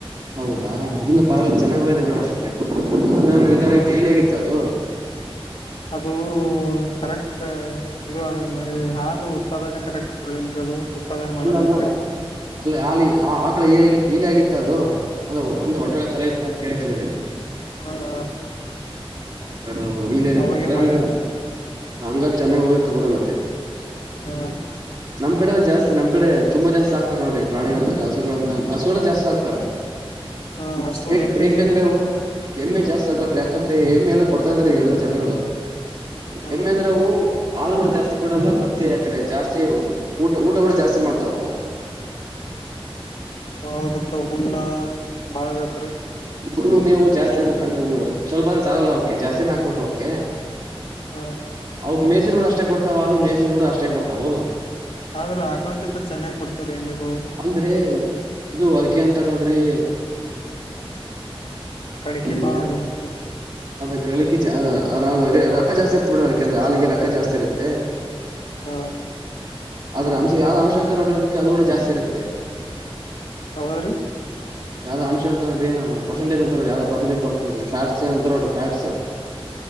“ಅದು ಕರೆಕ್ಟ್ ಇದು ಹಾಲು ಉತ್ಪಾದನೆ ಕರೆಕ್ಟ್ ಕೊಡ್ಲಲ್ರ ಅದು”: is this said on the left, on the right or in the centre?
Left